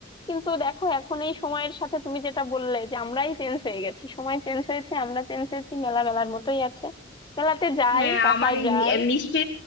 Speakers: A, on the left; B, on the left.
A: কিন্তু দেখো এখন এই সময়ের সাথে তুমি যেটা বললে যে আমরাই চেঞ্জ হয়ে গেছি সময় চেঞ্জ হয়েছে আমরা চেঞ্জ হয়েছি মেলা মেলার মতোই আছে মেলাতে যাই
B: হ্যাঁ
A: বাসায়
B: আমার এই
A: যাই
B: মি- এই মিষ্টি